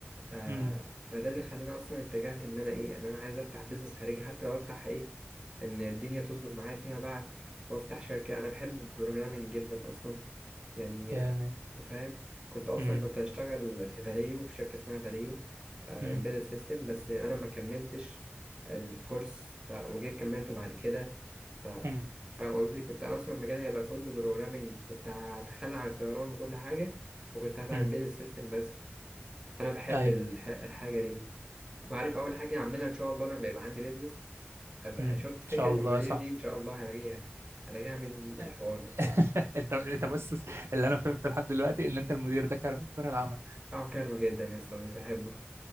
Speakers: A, on the right; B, on the right.
A: آه
B: امم
A: فده اللي خلاني اصلا اتجهت ان انا ايه ان انا عايز افتح بيزنس خارجي حتى لو افتح ايه ان الدنيا تظبط معايا فيما بعد وافتح شركة انا بحب البروجرامينج جدا اصلا يعني
B: جامد
A: آه، فاهم كنت اصلا
B: امم
A: كنت هشتغل في فاليو في شركة اسمها فاليو امبيدد
B: امم
A: سيستم بس انا ما كملتش الكورس ف... وجيت كملته بعد كده ف
B: امم
A: فاهم قصدي كنت اصلا مجالي هيبقى كله بروجرامينج كنت هتخلى عن الطيران وكل حاجة وكنت هبقى
B: امم
A: امبيدد سيستم بس فانا بحب
B: ايوه
A: الح... الحاجه دي وعارف اول حاجه هعملها ان شاء الله لما يبقى عندي بيزنس ابقى
B: امم ان
A: شفت فكره
B: شاء الله
A: المدير
B: يا صاحبي
A: دي ان شاء الله هلغيها هلغيها من الحوار
B: آه.
A: ده
B: <laughs>
A: خالص
B: انت انت بص اللي انا فهمته لحد دلوقتي ان انت المدير ده كان مجرى العمل
A: اه كارهه جدا يا اسطى مش بحبه